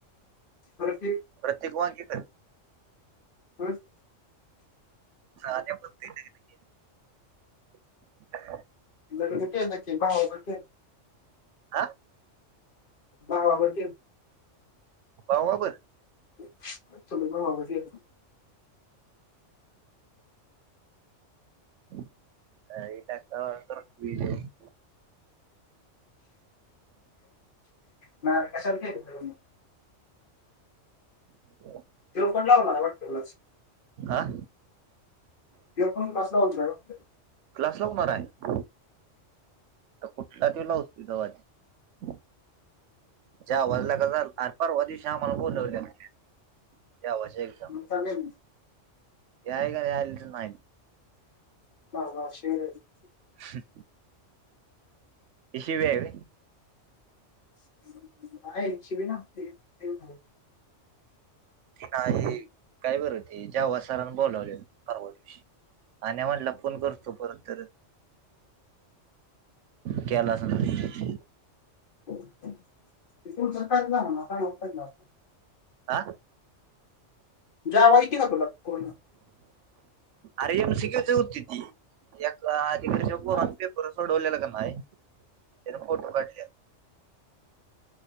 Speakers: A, on the left; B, on the right.
A: प्रत्येक
B: प्रत्येक वाक्य कर.
A: <unintelligible>
B: काल नेमका <unintelligible> <inaudible>
A: लग्न केल की भावाच केल
B: आं
A: भावा बर केल.
B: भावा बर
A: तरी पण आवाज येईना.
B: काय टका मका बघतोय.
A: ना कशाच टेन्शन
B: <inaudible>
A: त्यो पण लावणार आहे वाटत क्लास
B: आं
A: त्यो पण क्लास लावणार आहे ओ.
B: क्लास लावणार आहे तर कुठला त्यो लावतोय तवा त्यो जा वाजला गजल आर पारवा दिवशी ते आम्हांला बोलवल्याल त्या दिवशी
A: मसाले
B: याय काय आलीच नाय.
A: <unintelligible>
B: हं ही शिवि हाय होय.
A: <unintelligible>
B: की नाही काय बर होते ज्येव्हां सरांन बोलावलेल परवा आणि म्हणल फोन करतो परत तर केला असेल <unintelligible>
A: तिथून सकाळच जाणार ना, काय मग <unintelligible>
B: आ.
A: जावाई केल तुला फोन.
B: अरे येम <unintelligible> होतीती एक अधिकारीच्या पोरान
A: हा
B: पेप पर सोडवलेला का नाही, त्यान फोटो काढल्यात.